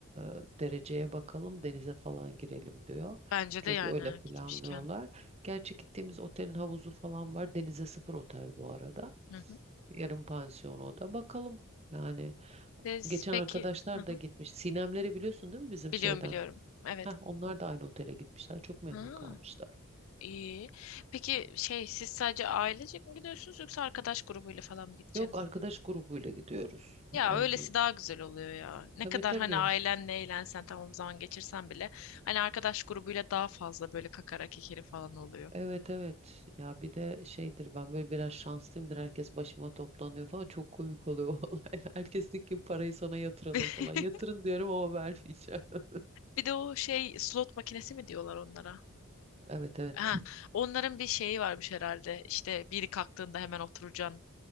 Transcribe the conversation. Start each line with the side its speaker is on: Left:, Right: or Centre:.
Right: "Ee, dereceye bakalım denize falan girelim diyor.
Left: Bence
Right: Çünkü
Left: de yani
Right: öyle planlıyorlar.
Left: gitmişken.
Right: Gerçi gittiğimiz otelin havuzu falan var. Denize sıfır otel bu arada.
Left: Hı hı.
Right: Yarım pansiyon o da. Bakalım yani.
Left: Siz
Right: Geçen
Left: peki
Right: arkadaşlar
Left: hı hı.
Right: da gitmiş. Sinemleri biliyorsun değil mi bizim
Left: Biliyorum
Right: şeyden?
Left: biliyorum. Evet.
Right: Heh, onlar da aynı otele gitmişler. Çok memnun
Left: Ha,
Right: kalmışlar.
Left: iyi. Peki şey siz sadece ailecek mi gidiyorsunuz yoksa arkadaş grubuyla falan mı gideceksiniz?
Right: Yok arkadaş grubuyla gidiyoruz.
Left: Ya
Right: Yani
Left: öylesi daha güzel oluyor ya. Ne
Right: tabii
Left: kadar
Right: tabii.
Left: hani ailenle eğlensen tamam zaman geçirsen bile hani arkadaş grubuyla daha fazla böyle kakara kekeri falan oluyor.
Right: Evet evet. Ya bir de şeydir ben böyle biraz şanslıyımdır. Herkes başıma toplanıyor falan. Çok komik oluyor o olaylar. <laughs> Herkes diyor ki parayı sana yatıralım
Left: <laughs>
Right: falan. Yatırın diyorum ama vermeyeceğim. <laughs>
Left: Bir de o şey slot makinesi mi diyorlar onlara?
Right: Evet evet.
Left: Ha, onların bir şeyi varmış herhalde. İşte biri kalktığında hemen oturacaksın.